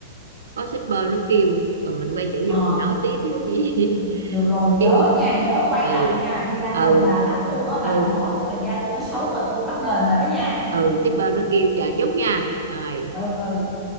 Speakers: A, on the right; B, in the centre.
A: có shipper nó kêu rồi mình quay trở
B: Ờ.
A: vô mình nói tiếp chứ gì <laughs>
B: Được rồi nhớ
A: Chứ-
B: nha nhớ quay
A: ừ
B: lại nha tôi đang
A: ừ
B: cần bà lắm luôn á
A: ừ
B: bà mà bỏ tôi là da tôi nó xấu rồi tôi bắt đền bà đó nha
A: ừ shipper nó kêu chờ chút nha rồi
B: ừ ừ